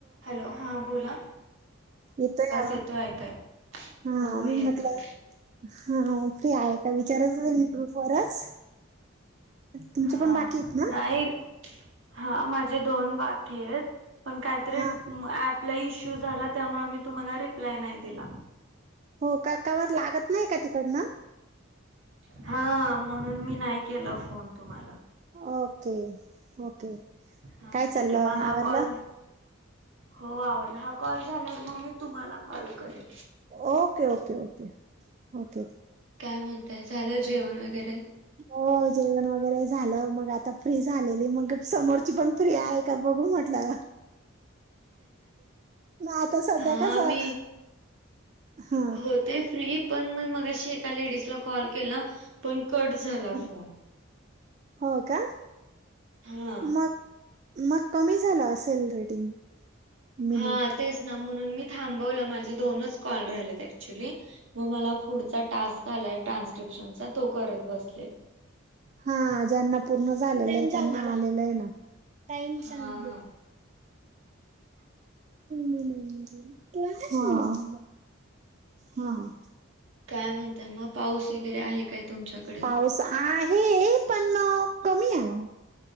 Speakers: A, on the right (about 70°); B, on the right (about 35°).
A: Hello हा बोला.
B: येतोय का आवाज
A: येतोय ऐकायला.
B: हां
A: हो येतोय.
B: मी म्हटलं हा फ्री हाये का विचारच होती ग्रुपवरच तुमचे
A: हा
B: पण बाकी आहेत ना?
A: नाही हा माझे दोन बाकी आहेत पण, काही तरी
B: हा
A: ॲप ला इश्यू झाला त्यामुळ म मी तुम्हांला रिप्लाय नाही दिला.
B: हो का का बरं लागतं नाही का तिकडनं?
A: हा म्हणून मी नाही केला फोन तुम्हाला.
B: Okay okay.
A: हा
B: काय
A: ठीक
B: चाललं
A: आहे मग हा
B: आवरलं
A: कॉल, हो आवडला हा कॉल झाल्यावर मग मी तुम्हाला कॉल करेल.
B: ओके, ओके, ओके ओ
A: काय म्हणताय झालं जेवण वगैरे.
B: हो जेवण वगैरे झालं मग आता फ्री झालेली मग समोरची पण फ्री आहे का ब बघून म्हटलं. मग आता सध्या
A: हा
B: कसं
A: मी
B: हा
A: होते फ्री पण म मग अशी एका लेडीजला कॉल केला. पण कट झाला
B: हा.
A: फोन.
B: हो का?
A: हा.
B: मग मग कमी झाला असेल रेडिंग मिनिट.
A: हा तेच ना म्हणून मी थांबवलं माझे दोनच कॉल राहिलेत ऑक्चुली. मग मला पुढचा टास्क आलाय ट्रान्स्क्रिप्शनचा तो करत बसले.
B: हा ज्यांना पूर्ण झालेलेय म आलेलाय ना. का
A: हा
B: सांग
A: हा.
B: म्ह कला <unintelligible> हा.
A: काय म्हणताय मग पाऊस वगैरे आहे काय तुमच्याकडे
B: पाऊस आहे पण कमी ये ओ.